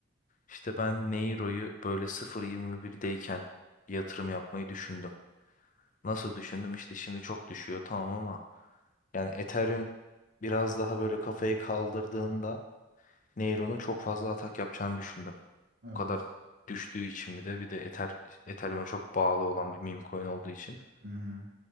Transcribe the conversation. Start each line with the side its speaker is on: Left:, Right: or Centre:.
Left: İşte ben Neuro'yu böyle sıfır virgül yirmi birdeyken yatırım yapmayı düşündüm. Nasıl düşündüm? İşte şimdi çok düşüyor tamam ama yani Ethereum biraz daha böyle kafayı kaldırdığında Neuro'nun çok fazla atak yapacağını düşündüm.
Right: Evet.
Left: Bu kadar düştüğü için bir de bir de Ether, Ethereum'a çok bağlı olan bir meme coin olduğu için
Right: Hı hı.